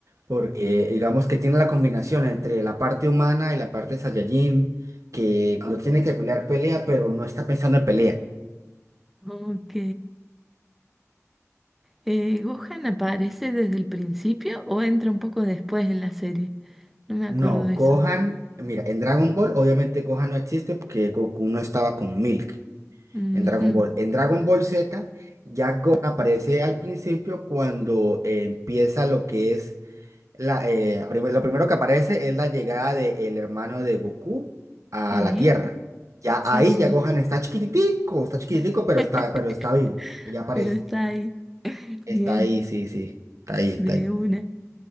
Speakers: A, on the right; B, in the centre.
A: porque digamos que tiene la combinación entre la parte humana y la parte Saiyajin, que cuando tiene que pelear pelea, pero no está pensando en pelea.
B: ok. Eh, ¿Gohan aparece desde el principio o entra un poco después en la serie? No me
A: No,
B: acuerdo de
A: Gohan,
B: eso.
A: mira, en Dragon Ball obviamente Gohan no existe porque Goku no estaba con Milk
B: Ujú,
A: en Dragon Ball. En Dragon Ball Z ya Gohan aparece al principio cuando eh, empieza lo que es la, eh, prim- lo primero que aparece es la llegada del hermano de Goku a
B: Sí,
A: la Tierra. Ya
B: sí,
A: ahí
B: sí.
A: ya Gohan está chiquitico, está chiquitico,
B: <laughs>
A: pero está, pero está vivo. Ya aparece.
B: Pero está ahí.
A: Está
B: Bien,
A: ahí, sí, sí. Está ahí, está
B: de
A: ahí.
B: una.